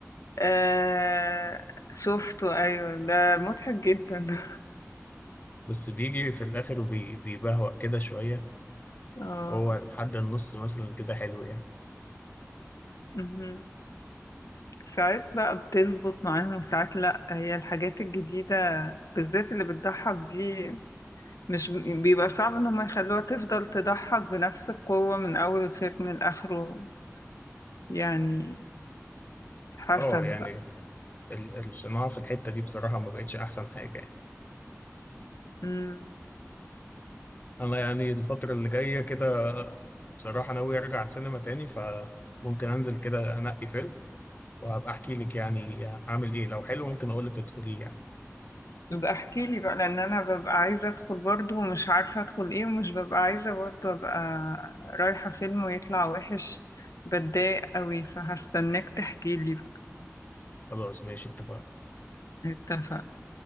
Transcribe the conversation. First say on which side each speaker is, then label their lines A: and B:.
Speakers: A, on the left; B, on the left.
A: آه شفته أيوة ده مضحك جدا
B: بس بيجي في الاخر وبيبهوأ كده شوية
A: <laughs> اه
B: هو لحد النص مثلا كده حلو يعني
A: مهم. ساعات بقى بتظبط معاهم وساعات لأ هي الحاجات الجديدة بالذات اللي بتضحك دي مش بيبقى صعب إن هم يخلوها تفضل تضحك بنفس القوة من أول الفيلم لآخره يعني حسب
B: اه يعني ال- الصناعة في الحتة دي بصراحة ما بقتش احسن حاجة يعني
A: بقى
B: انا يعني الفترة اللي جاية كده بصراحة ناوي ارجع السينما تاني فممكن انزل كده انقي فيلم وهبقى احكي لك يعني اعمل ايه لو حلو ممكن اقول لك تدخليه يعني
A: يبقى احكي لي بقى لان انا ببقى عايزه ادخل برضو ومش عارفه ادخل ايه ومش ببقى عايزه برضو ابقى رايحه فيلم ويطلع وحش بتضايق قوي فهستناك تحكي لي بقى
B: خلاص ماشي اتفقنا
A: اتفقنا